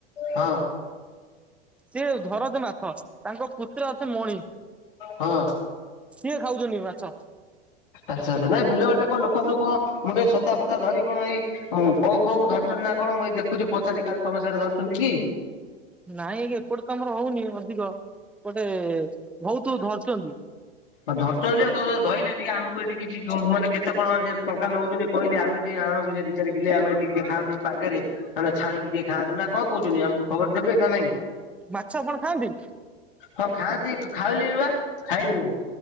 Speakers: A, on the left; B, in the centre.
A: ହଁ।
B: ସିଏ ଘରଜ ମାଥ ତାଙ୍କ ପୁତ୍ର ଅସ ମଣି
A: ହଁ।
B: ସିଏ ଖାଉଛନ୍ତି ମାଛ।
A: ଆଚଛା ଆଚଛା ନାଇଁ ବିଲୁଡ କଣ ଲୋକ ସବ କଣ ମୁଣ୍ଡେ ସତା ଫତା ଧରି କଣ ଏଇ ହଁ କଉ ଫଉ ଧରଛନ୍ତି ନା କଣ ମୁଇଁ ଦେଖୁଛି ପଚାରି କାଲି ତମ ସାଡେ ଧରୁଛନ୍ତି କି?
B: ନାଇଁ ଆଜ୍ଞା ଏପଟେ ତମର ହଉନି ଅଧିକ ଗୋଟେ ବହୁତ ଧରିଛନ୍ତି
A: ଆଉ ଧରଛନ୍ତି ଆଉ ତମ ଧରିଲେ ଟିକେ ଆମକୁ ଏଠି କିଛି ମାନେ କେତେ କଣ ଟଙ୍କା ନେଉଛନ୍ତି। କହିଲେ ଆେ ଯ ଆଣନ୍ତୁ ସେ ଦିାର ଗିଲେ ଆମେ ଟିକେ ଖାଆନ୍ତୁ ଏ ପାାଗରେ ନହେ ଛାଣିକି ଟିକେ ଖାଆନ୍ତୁ ନା କଣ କହୁଛନ୍ତିି ଆମକୁ ଖବର ଦେବେ ନା ନାଇଁ।
B: ମାଛ ଆପଣ ଖାଆନ୍ତି।
A: ହଁ ଖାଆନ୍ତିୁ ଖାଇଲିନି ବା ଖାଇଲିନି।